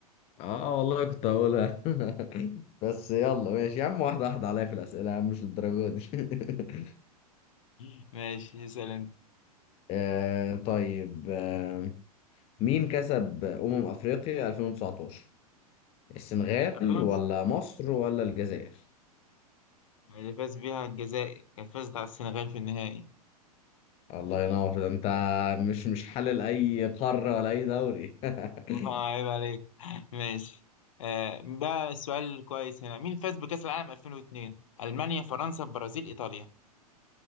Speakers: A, on the left; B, on the left.
A: اه والله كنت هقولها <laughs> بس يلا ماشي يا عم واحدة واحدة عليا في الأسئلة يا عم مش للدرجة دي <laughs>
B: <laughs> ماشي اسأل أنت
A: آه طيب آه مين كسب أمم أفريقيا 2019 السنغال
B: أفلام
A: ولا مصر ولا الجزائر
B: اللي فاز بيها الجزائر كان فازت على السنغال في النهائي
A: الله ينور ده انت مش مش حلل اي قارة ولا اي دوري <laughs>
B: آه، عيب عليك <laughs> ماشي آه ده سؤال كويس هنا مين فاز بكأس العالم 2002 ألمانيا فرنسا البرازيل إيطاليا